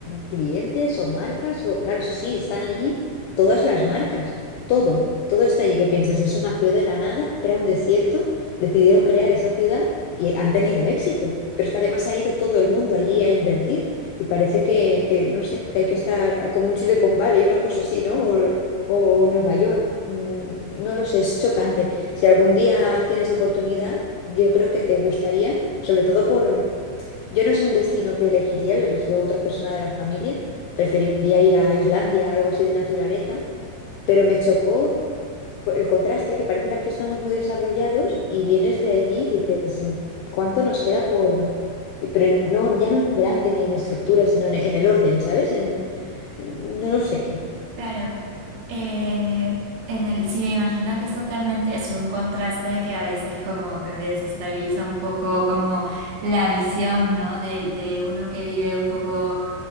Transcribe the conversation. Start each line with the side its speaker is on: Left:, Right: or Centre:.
Left: clientes o marcas o, claro, eso sí, están allí todas las marcas. Todo, todo está allí. ¿Qué piensas? ¿Eso nació de la nada? ¿Era un desierto? ¿Decidieron crear esa ciudad? y han tenido éxito. Pero es que además ha ido todo el mundo allí a invertir y parece que, que, no sé, que hay que estar como un Silicon Valley, una cosa así, ¿no? O, o Nueva York. Mm, No lo sé, es chocante. Si algún día tienes oportunidad, yo creo que te gustaría, sobre todo por... Yo no es un destino que elegiría, lo eligió otra persona de la familia. Preferiría ir a Islandia, algo así de naturaleza, pero me chocó por el contraste, que parece que aquí estamos muy desarrollados y vienes de allí y dices, ¿cuánto nos queda por...? y- Pero en- no, ya no en grande ni en estructura, sino en, en el orden, ¿sabes? En, no lo sé.
Right: Claro, eh, en el, sí me imagino que es totalmente, es un contraste que a veces como desestabiliza un poco como la visión, ¿no? De, de uno que vive un poco